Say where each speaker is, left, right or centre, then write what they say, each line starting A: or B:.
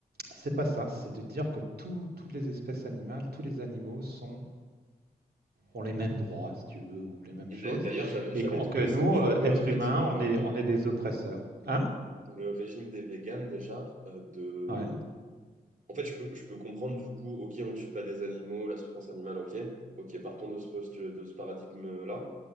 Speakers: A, on the right; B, on the right.
A: C'est pas ça, c'est de dire que tout- toutes les espèces animales, tous les animaux sont, ont les mêmes droits, si tu veux, ou les mêmes
B: Et
A: choses,
B: d'a- d'ailleurs, j'avais j'avais
A: et qu'on-
B: trouvé
A: que
B: ça
A: nous,
B: curieux,
A: euh, êtres
B: en fait,
A: humains,
B: dans le,
A: on est, on est des oppresseurs. Hein?
B: dans le régime des véganes déjà, euh, de
A: Ouais.
B: En fait, je peux, je peux comprendre du coup, ok, on ne tue pas des animaux, la souffrance animale, ok, ok, partons de ce poste, de ce paradigme-là.